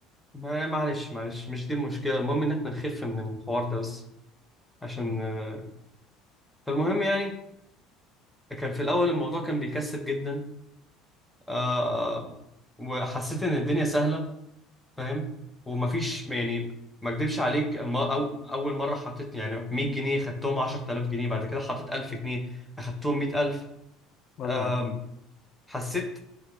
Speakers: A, in the centre; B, on the left.
A: ما معلش معلش مش دي المشكله المهم ان احنا نخف من الحوار ده بس عشان
B: امم
A: آه، فالمهم يعني كان في الاول الموضوع كان بيكسب جدا آه... وحسيت ان الدنيا سهله فاهم ومفيش يعني ما اكدبش عليك الم... أو... اول مره حطيت يعني 100 جنيه خدتهم 10000 جنيه بعد كده حطيت 1000 جنيه اخدتهم 100000
B: ولا
A: آم،
B: الدنيا
A: حسيت